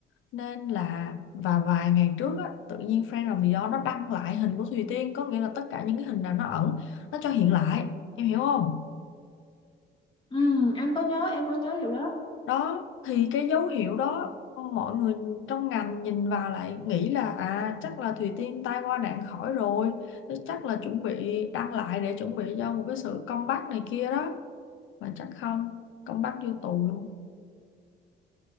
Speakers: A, on the left; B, on the left.
A: nên là và vài ngày trước á tự nhiên Friend of Dior nó đăng lại hình của Thùy Tiên có nghĩa là tất cả những cái hình nào nó ẩn nó cho hiện lại em hiểu không
B: ừ, em có nhớ em có nhớ vụ đó
A: đó thì cái dấu hiệu đó mọi người trong ngành nhìn vào lại nghĩ là à chắc là Thùy Tiên tai qua nạn khỏi rồi thế chắc là chuẩn bị đăng lại để chuẩn bị cho một cái sự comeback này kia đó mà chắc không comeback vô tù luôn